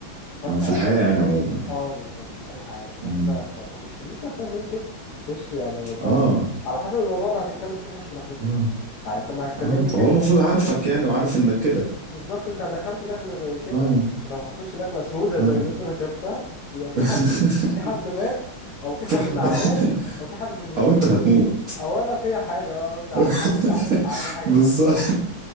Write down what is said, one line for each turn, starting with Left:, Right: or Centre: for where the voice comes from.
Left: فانت
Right: اه في الحياة يعني عموما
Left: اه بالظبط في اي حاجه فانت
Right: مم.
Left: ما تخشليش دخله زي كده خش يعني طالما
Right: اه
Left: على حسب الموضوع اللي هتتكلم فيه خش دخلتك
Right: اه
Left: يعني انت ما هتكلمني
Right: اه
Left: كده
Right: هو المفروض عارفك يعني وعارف انك كده
Left: بالظبط انت دخلت دخله زي كده
Right: اه
Left: لو هتخش دخله سودة زي
Right: اه
Left: اللي انت دخلتها يبقى في
Right: <laughs>
Left: حد في حد مات او في
Right: فعلا
Left: حد تعبان او في حد
Right: <laughs>
Left: في المستشفى
Right: او انت هتموت
Left: او انا فيا حاجه بقى وانت عار-
Right: <laughs>
Left: او انت عرفت عني حاجه
Right: بالظبط
Left: وحشه